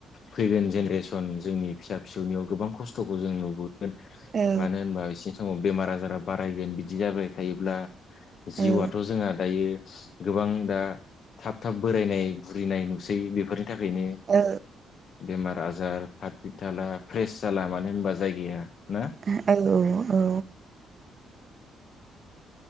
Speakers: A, on the left; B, on the right.
A: फैगोन जेनेरेसन जोंनि फिसा फिसौनियाव गोबां खस्थ'खौ जों नुबो <unintelligible>
B: औ
A: मानो होनबा एसे समाव बेमार आजारा बारायगोन बिदि जाबाय थायोब्ला जिउआथ'
B: औ
A: जोंहा दायो गोबां दा थाब थाब बोरायनाय बुरिनाय नुसै बेफोर थाखायनो
B: औ
A: बेमार आजार फाथ फिथाला फ्रेस जाला मानो होनबा जायगाया ना
B: हे हेल' औ